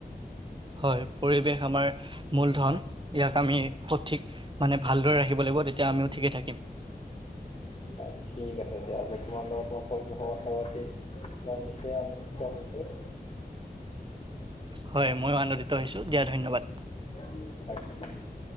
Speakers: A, on the right (about 30°); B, on the left (about 35°).
A: হয়, পৰিৱেশ আমাৰ মূলধন। ইয়াক আমি সঠিক মানে ভালদৰে ৰাখিব লাগিব, তেতিয়া আমিও ঠিকে থাকিম।
B: অ', ঠিক আছে দিয়া, আজি তোমাৰ লগত মই পৰিৱেশৰ কথা পাতি মই নিচেই আনন্দিত হৈছোঁ।
A: হয়, মইও আনন্দিত হৈছোঁ, দিয়া ধন্যবাদ।
B: হয়।